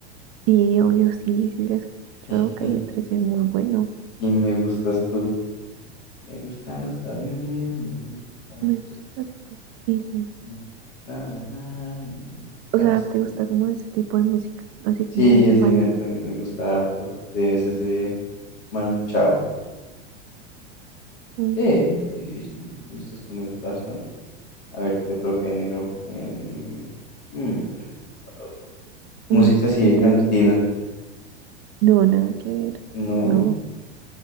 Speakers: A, on the right; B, on the left.
A: Sí, obvio, sí, sí, la he escuchado.
B: <laughs>
A: Calle trece es muy bueno.
B: Y me gustas tú. Me gustan los aviones, me gustas
A: Me gusta
B: tú.
A: tú. Sí, sí.
B: Me gusta viajar, me gustas
A: O sea, ¿te
B: tú.
A: gusta como ese tipo de música? Así
B: Sí,
A: como baladas.
B: así me, también me gusta harto. De ese es de Manu Chao.
A: Mm,
B: Sí, sí, sí, me gusta esto, me gusta bastante. A ver, ¿qué otro género? Em, mm, ¿cuál otro? música
A: No sé,
B: así de
A: ¿te
B: cantina,
A: gusta? No, nada que ver.
B: ¿no?
A: No.